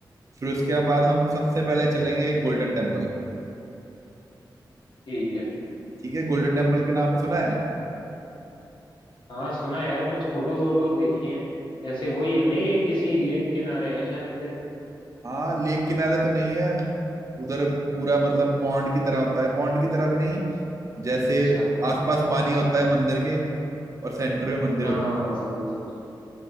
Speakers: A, on the right; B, on the left.
A: फिर उसके बाद हम सबसे पहले चलेंगे गोल्डन टेम्पल
B: ठीक है
A: ठीक है गोल्डन टेम्पल के नाम सुना है
B: हाँ सुना है यार कुछ फोटोज वोटोज देखी हैं ऐसे वही है ना ये किसी लेक किनारे है शायद से
A: हाँ लेक किनारे तो नहीं है उधर पूरा मतलब पॉन्ड की तरह होता है पॉन्ड की तरह भी नहीं जैसे
B: अच्छा फोन
A: आसपास पानी होता है मंदिर के और सेंटर में मंदिर
B: हाँ
A: होता
B: समझा समझा